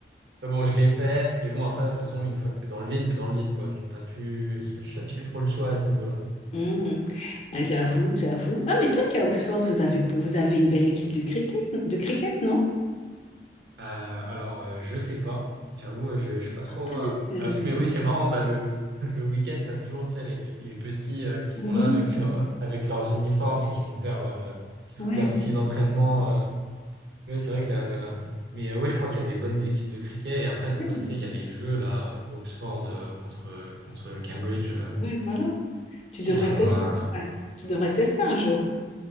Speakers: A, on the right; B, on the left.
A: mais bon, je l'ai fait. Et bon, après, de toute façon, une fois que t'es dans le vide, t'es dans le vide, quoi. Donc, t'as plus, <laughs> t'as plus trop le choix à ce niveau-là.
B: Hmm. Ah, j'avoue, j'avoue. Ah, mais toi qui es à Oxford, vous avez, vous avez une belle équipe de cricket, de cricket, non?
A: Euh, alors, euh, je sais pas. J'avoue, euh, je ne suis pas trop
B: Peut-être
A: euh,
B: que.
A: à l'affût, mais oui, c'est marrant. Bah, le, <laughs> le week-end, tu as toujours, tu sais, les, les petits euh, qui sont
B: Mhm.
A: là avec, leur, avec leurs uniformes et qui vont faire leur, euh,
B: Ouais.
A: leurs petits entraînements. euh. Ouais, c'est vrai que la... Mais oui, je crois qu'il y a des bonnes équipes de cricket. Et après,
B: Ouais,
A: bah, tu sais, il y a les jeux, là, euh, Oxford euh, contre, contre Cambridge, euh,
B: Ouais, voilà. Tu
A: qui
B: devrais
A: se font.
B: tester.
A: euh,
B: Ouais. Tu devrais tester un jour.